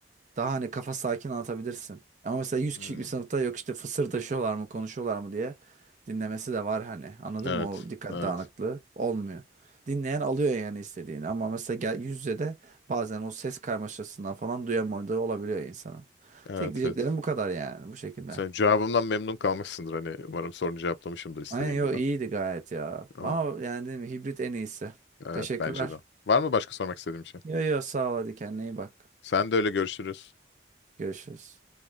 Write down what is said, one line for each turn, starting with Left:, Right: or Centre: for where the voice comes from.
Right: Daha hani kafa sakin anlatabilirsin. Ama mesela yüz
Left: Hmm.
Right: kişilik bir sınıfta yok işte fısırdaşıyorlar mı konuşuyorlar mı diye dinlemesi de var hani. Anladın
Left: Evet,
Right: mı? O dikkat
Left: evet,
Right: dağınıklığı olmuyor. Dinleyen alıyor yani istediğini. Ama mesela gel, yüz yüze de bazen o ses karmaşasından falan duyamadığı olabiliyor insanın.
Left: evet,
Right: Tek diyeceklerim
Left: evet.
Right: bu kadar yani bu şekilde.
Left: Sen cevabımdan memnun kalmışsındır hani umarım sorunu cevaplamışımdır istediğin
Right: Aynen yo
Left: gibi.
Right: iyiydi gayet ya.
Left: Ama
Right: Ama yani dedim, hibrit en iyisi.
Left: evet
Right: Teşekkürler.
Left: bence de. Var mı başka sormak istediğim şey?
Right: Yo yo sağ ol hadi kendine iyi bak.
Left: Sen de öyle görüşürüz.
Right: Görüşürüz.